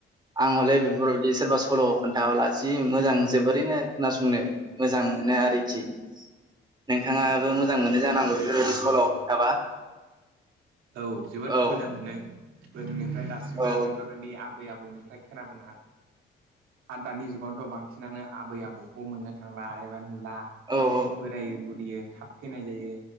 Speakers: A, on the right; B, on the right.
A: आं हले बेफोरबादि सोरबा सल' खोन्थाबाला जि मोजां जोबोरैनो खोनासंनो मोजां मोनो आरोखि। नोंथाङाबो मोजां मोनो जानांगौ बेफोरबायदि सल' खोथाबा।
B: औ जोबोद
A: औ
B: मोजां मोनो गोदोनिफ्राय दासिमबो
A: औ
B: बेफोरबायदि आबै आबौनिफ्राय खोनाबोनाय आरो दानि जुगावथ' बांसिनानो आबै आबौखौ मोननो थांला एबा नुलानो
A: औ
B: बोरायो बुरियो थाब थैनाय जायो